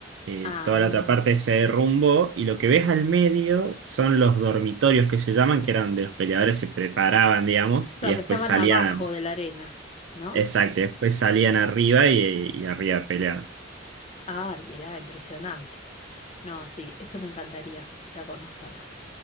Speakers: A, on the right (about 70°); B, on the left (about 35°).
A: Eh,
B: Ah.
A: toda la otra parte se derrumbó y lo que ves al medio son los dormitorios que se llaman, que eran donde los peleadores se preparaban, digamos,
B: Claro,
A: y después
B: que estaban
A: salían
B: abajo de la arena, ¿no?
A: Exacto, y después salían arriba y, y arriba peleaban.
B: Ay, mirá, impresionante. No, sí, esto me encantaría ir a conocerlo.